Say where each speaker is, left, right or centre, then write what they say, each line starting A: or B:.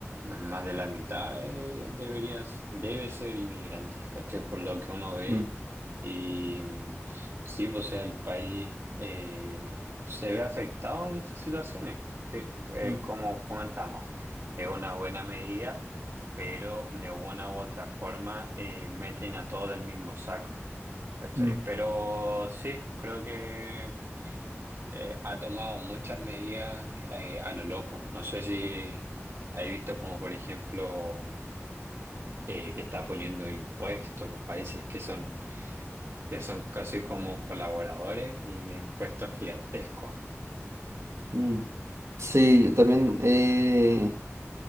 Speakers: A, on the right; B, on the right.
A: más de la mitad eh, deberías, debe ser inmigrantes, ¿cachai? Por lo que uno ve.
B: Mm,
A: Y mm, sí, pues, o sea, el país eh, se ve afectado en estas situaciones. Te- eh,
B: mm,
A: como comentamos, es una buena medida, pero de una u otra forma eh, meten a todo del mismo saco, ¿cachai?
B: mm,
A: Pero sí, creo que eh, ha tomado muchas medidas eh, a lo loco. No sé si has visto como, por ejemplo, eh, que está poniendo impuestos en países que son, que son casi como colaboradores y impuestos gigantescos.
B: mm. Sí, yo también. Eh...